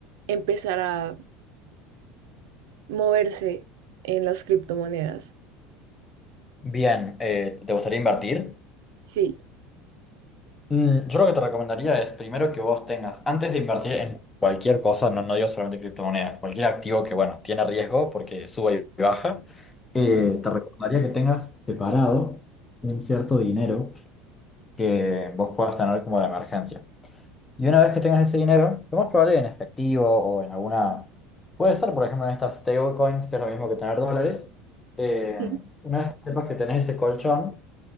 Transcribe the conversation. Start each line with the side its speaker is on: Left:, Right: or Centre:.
Right: empezar a moverse en las criptomonedas.
Left: Bien, eh, ¿te gustaría invertir?
Right: Sí.
Left: Mm, yo lo que te recomendaría es primero que vos tengas, antes de invertir en cualquier cosa, no, no digo solamente criptomonedas, cualquier activo que, bueno, tiene riesgo porque sube y baja, eh,
Right: Ajá.
Left: te recomendaría que tengas separado un cierto dinero que vos puedas tener como de emergencia. Y una vez que tengas ese dinero, lo más probable en efectivo o en alguna, puede ser por ejemplo en estas stablecoins, que es lo mismo que tener dólares, eh,
Right: Sí.
Left: una vez que sepas que tenés ese colchón,